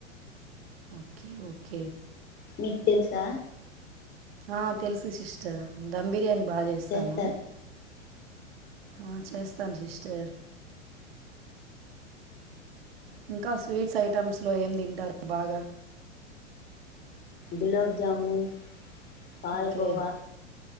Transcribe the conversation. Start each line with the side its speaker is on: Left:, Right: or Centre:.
Right: ఓకే ఓకే
Left: మీకు తెలుసా
Right: ఆ తెలుసు సిస్టర్ ధమ్ బిర్యానీ బాగా చేస్తాను
Left: చేస్తారా
Right: ఆ చేస్తాను సిస్టర్ ఇంకా స్వీట్స్ ఐటెమ్స్ లో ఏం తింటారు బాగా
Left: గులాబ్జము పాలకోవా
Right: ఓకే